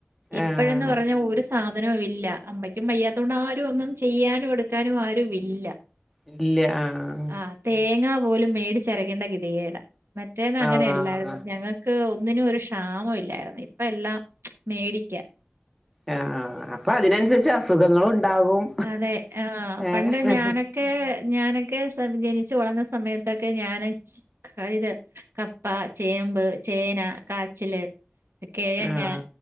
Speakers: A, on the right (about 65°); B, in the centre.
A: ഇപ്പഴെന്ന്
B: ആഹ്
A: പറഞ്ഞാ ഒര് സ സാധനവും ഇല്ല അമ്മയ്ക്കും വയ്യാതോണ്ട് ആരും ഒന്നും ചെയ്യാനും എടുക്കാനും ആരുവില്ല
B: ഇല്ല്യാ ആഹ്
A: ആഹ് തേങ്ങാ പോലും മേടിച്ച് അരക്കേണ്ട ഗതികേടാ മറ്റേത് അങ്ങനെയല്ലായ്ര്ന്നു
B: ആഹ്
A: ഞങ്ങ ക്ക് ഒന്നിനും ഒരു ക്ഷാമം ഇല്ലായിര്ന്ന് ഇപ്പ എല്ലാം മേടിക്ക്യ
B: അഹ് ആഹ് അപ്പ അതിനൻസര്ച്ച് അസുഖങ്ങളും ഉണ്ടാകും
A: അതെ ആഹ് ആഹ് പണ്ട്
B: ഏഹ്
A: ഞാനൊ ക്കെ ഞാനൊക്കെ സ ജനിച്ചു വളർന്ന സമയത്തൊക്കെ ഞാന് ക്ക ഇത് കപ്പ, ചേമ്പ്, ചേന, കാച്ചില് കെഴങ്ങ്
B: ആഹ്